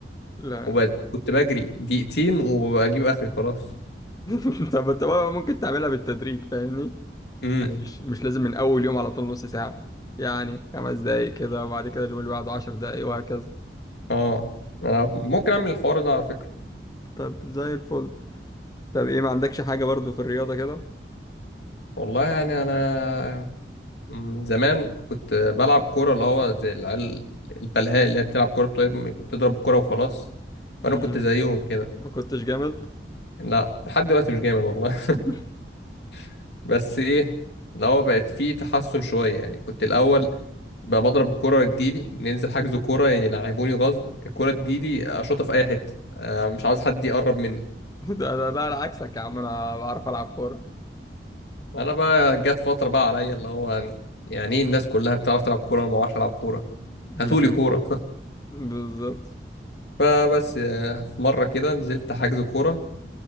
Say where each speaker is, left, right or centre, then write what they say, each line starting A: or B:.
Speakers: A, on the left (about 20°); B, on the left (about 75°).
A: لا
B: وكنت وكنت بجري دقيقتين وبجيب اخري خلاص
A: <laughs> طب انت بقى ممكن تعملها بالتدريج فاهمني
B: امم
A: يعني مش مش لازم من أول يوم على طول نص ساعة يعني خمس دقايق كده وبعد كده اليوم اللي بعده عشر دقايق وهكذا
B: اه انا ممكن اعمل الحوار ده على فكره
A: طب زي الفل طب ايه ما عندكش حاجة برضه في الرياضة كده
B: والله يعني انا مم، زمان كنت بلعب كورة اللي هو زي العيال البلهاء اللي هي بتلعب كورة بتضرب بتضرب الكورة وخلاص
A: مم،
B: وأنا كنت زيهم كده
A: ما كنتش جامد
B: لا لحد دلوقتي مش جامد والله
A: <laughs>
B: <laughs> بس إيه اللي هو بقت فيه تحسن شوية يعني كنت الأول بقى بضرب الكورة تجيلي ننزل حجز كورة يلعبوني غصب الكورة تجيلي أشوطها في أي حتة آه، مش عاوز حد يقرب مني
A: <laughs> ده انا لا انا عكسك يا عم انا بعرف العب كوره
B: أنا بقى جت فترة بقى عليا اللي هو يعني إيه الناس كلها بتعرف تلعب كورة وأنا ما بعرفش ألعب كورة
A: مم.
B: هاتولي كورة
A: بالظبط
B: فبس آه، في مرة كده نزلت حجز كورة